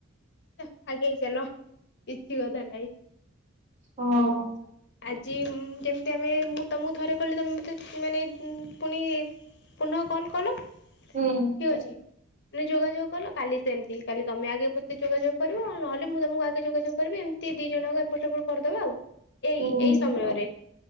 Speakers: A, on the left; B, on the right.
A: ହେ, ଆଗେଇ ଚାଲ, କିଛି କଥା ନାଇଁ।
B: ହଁ-ଅ-ଅ।
A: ହଉ। ଆଜି ଯେମିତି ଆମେ, ମୁଁ ତମକୁ ଥରେ କଲି, ତମେ ମତେ, ମାନେ ପୁଣି ପୁନଃ କଲ୍ କଲ।
B: ହୁଁ।
A: ଠିକ୍ ଅଛି, ତମେ ଯୋଗାଯୋଗ କଲ, କାଲି ସେମିତି, କାଲି ତମେ ଆଗେ ତେ ଯୋଗାଯୋଗ କରିବ, ନହେଲେ ମୁଁ ତମକୁ ଆଗେ ଯୋଗାଯୋଗ କରିବି। ଏମିତି ଦି ଜଣ ଏପଟ ସେପଟ କରିଦେବା ଆଉ। ଏଇ
B: ହୁଁ
A: ଏଇ ସମୟରେ।